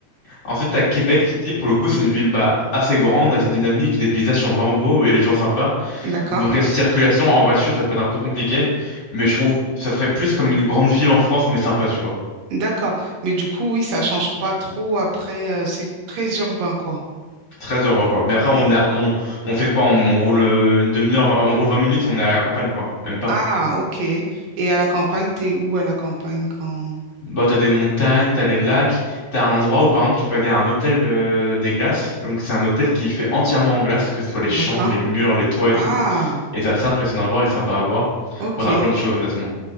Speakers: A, on the left; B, on the right.
A: Ensuite, à Québec City, pour le coup, c'est une ville bah, assez grande, assez dynamique. Les paysages sont vraiment beaux et les gens sympas.
B: d'accord.
A: Donc la circulation en voiture, ça peut être un peu compliqué, mais je trouve que ça ferait plus comme une grande ville en France, mais sympa, tu vois.
B: D'accord. Mais du coup, oui, ça change pas trop après. euh, c'est très urbain, quoi.
A: Très urbain, quoi. Mais après, on
B: Mm.
A: a, on, on fait quoi? On, on roule euh, une demi-heure, vingt- on roule 20 minutes et on est à la campagne, quoi. Même pas.
B: Ah, ok. Et à la campagne, t'es où à la campagne quand...
A: Bah, t'as des montagnes, t'as les lacs, t'as un endroit où par exemple tu peux aller à un hôtel euh, des glaces. Donc c'est un hôtel qui est fait entièrement en glace, que ce soit les
B: D'accord.
A: chambres, les murs, les toits et
B: Ah,
A: tout. Et c'est assez impressionnant à voir et sympa à voir.
B: ok.
A: Bon, t'as plein de choses honnêtement.